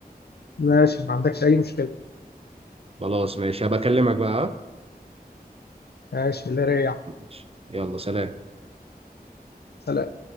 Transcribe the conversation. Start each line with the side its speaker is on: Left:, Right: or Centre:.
Left: ماشي ما عندكش اي مشكلة
Right: خلاص ماشي هبكلمك بقى آه؟
Left: ماشي الله يريحك
Right: ماشي. يلا سلام
Left: سلام